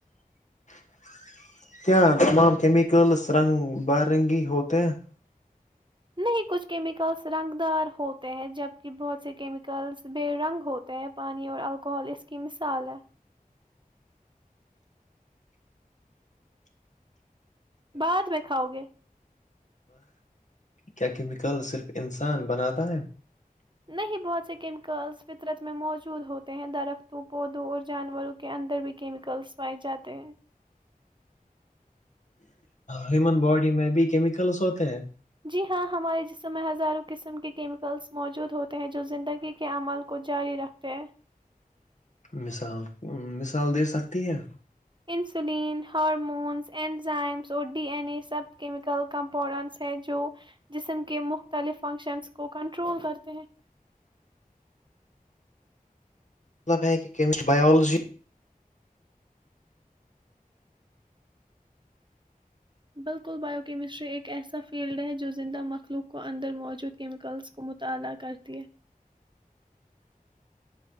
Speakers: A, on the left (about 55°); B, on the right (about 30°).
A: <inaudible>
B: نہیں کچھ کیمیکلس رنگ دار ہوتے ہیں جب کہ بہت سے کیمیکلس بے رنگ ہوتے ہیں پانی اور الکحل اس کی مثال ہے بعد میں کھاؤ گے
A: کیا کیمیکل صرف <inaudible>
B: نہیں بہت سے کیمیکلز فطرت میں موجود ہوتے ہیں درختوں پودوں اور جانوروں کے اندر بھی کیمیکلس پائے جاتے ہیں
A: ہیومن باڈی میں بھی کیمیکلس ہوتے ہیں
B: جی ہاں ہمارے جسم میں ہزاروں قسم کے کیمیکلز موجود ہوتے ہیں جو زندگی کے عمل کو جاری رکھتے ہیں
A: مثال مثال دے سکتی ہے
B: انسولین ہارمونز اینزائمز اور ڈی این اے سب کیمیکل کمپاڈنٹس ہیں جو جسم کے مختلف فنکشنز کو کنٹرول کرتے ہیں
A: مطلب ہے کہ کیمسٹری بایولوجی
B: بالکل بائیو کیمسٹری ایک ایسا فیلڈ ہے جو زندہ مخلوق کو اندر موجود کیمیکلز کو مطالعہ کرتی ہے